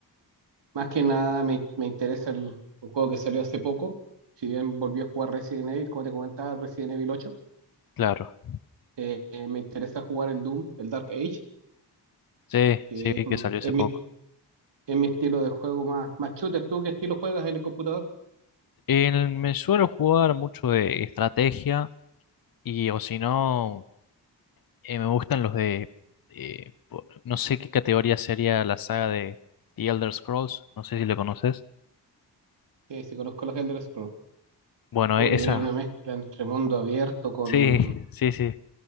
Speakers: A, on the right; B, on the left.
A: más que nada me, me interesa el, un juego que salió hace poco. Si bien volví a jugar Resident Evil, como te comentaba, Resident Evil 8,
B: Claro,
A: eh, eh, me interesa jugar el Doom, el Dark Age,
B: sí,
A: que
B: sí, vi
A: es, mm,
B: que salió hace
A: es
B: poco.
A: mi Es mi estilo de juego más, más shooter. ¿Tú qué estilo juegas en el computador?
B: El- me suelo jugar mucho de estrategia y o si no, eh, me gustan los de, eh, po- no sé qué categoría sería la saga de The Elder Scrolls, no sé si lo conoces.
A: Eh, si conozco los Elder Scrolls.
B: Bueno,
A: Uy,
B: e- esa,
A: es una mezcla entre mundo abierto con...
B: sí, sí, sí,